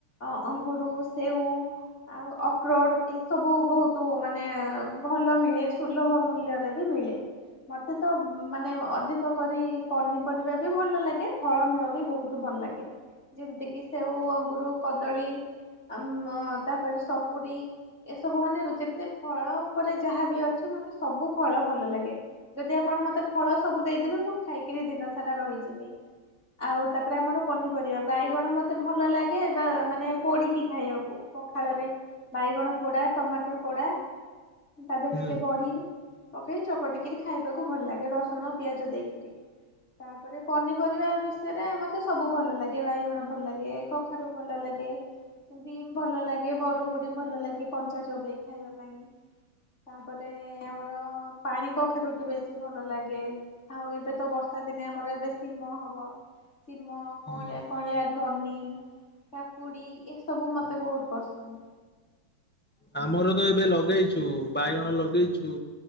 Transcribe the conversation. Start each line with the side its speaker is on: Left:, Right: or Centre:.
Left: ଅ-ଅଙ୍ଗୁରୁ ସେଉ ଆଉ ଅକ୍ରୋଡ୍ ଏସବୁ ବହୁତୁ ମାନେ ଭଲମିଳେ ସୁଲଭ ମୂଲ୍ୟରେ ରେ ବି ମିଳେ। ମତେ ତ ମାନେ ଅଧିକ କରି ପନିପରିବା ବି ଭଲ ଲାଗେଷଫଳମୂଳ ବି ବହୁତୁ ଭଲ୍ ଲାଗେ। ଯେମିତି କିି ସେଉ ଅଙ୍ଗୁରୁ କଦଳୀ ଆମ-ତାପରେ ସପୁରୀ ଏସବୁ ମାନେ ଯେତେ ଫଳ ଉପରେ ଯାହା ବି ଅଛି ମତେ ସବୁଫଳ ଭଲ ଲାଗେ। ଯଦି ଆପଣ ମତେ ଫଳ ସବୁ ଦେଇଦେବେ ମୁଁ ଖାଇକିରି ଦିନ ସାରା ରହିଯିବି। ଆଉ ତାପରେ ଆମର ପନିପରିବା ବାଇଗଣ ମତେ ଭଲ ଲାଗେ ବା ମାନେ ପୋଡିକି ଖାଇବାକୁ। ପଖାଳରେ ବାଇଗଣ ପୋଡା ଟମାଟର୍ ପୋଡା ତା ଦେହରେ
Centre: ହୁଁ
Left: ଟିକେ ବଢି ପକେଇ ଚକଟିକିରି ଖାଇବାକୁ ଭଲ ଲାଗେ ରସଣ ପିଆଜ ଦେଇକିରି। ତାପରେ ପନିପରିବା ବିଷୟରେ ମତେ ସବୁ ଭଲଲାଗେ ବାଇଗଣ ଭଲ୍ ଲାଗେ କଖାରୁ ଭଲଲାଗେ। ବିମ୍ ଭଲ ଲାଗେ ବରୁଗୁଡି ଭଲ ଲାଗେ କଞ୍ଚା ଚୋବେଇ ଖାଇବା ପାଇଁ। ତାପରେ ଆମର ପାଣି କଖାରୁୁଟି ବେଶୀ ଭଲ ଲାଗେ। ଆଉ ଏବେ ତ ବର୍ଷା ଶୀତ ଦିନେ ଆମର ଏବେ ଶିମ ହବ। ଶିମ
Centre: ହୁଁ।
Left: କଅଁଳିଆ କଅଁଳିଆ ଜହ୍ନି କାକୁଡି ଏସବୁ ମତେ ବହୁତ ପସନ୍ଦ୍।
Centre: ଆମର ତ ଏବେ ଲଗେଇଚୁ ବାଇଗଣ ଲଗେଇଚୁ